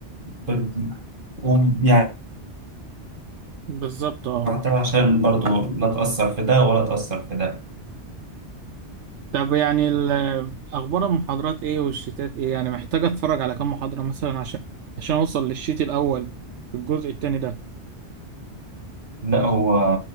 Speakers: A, on the right; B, on the right.
A: ب- ويعني
B: بالظبط اه
A: حتى عشان برضو لا تأثر في ده ولا تأثر في ده
B: طب يعني ال- اخبار المحاضرات ايه والشيتات ايه يعني محتاج اتفرج على كام محاضرة مثلا عشان عشان اوصل للشيت الاول في الجزء التاني ده
A: لا هو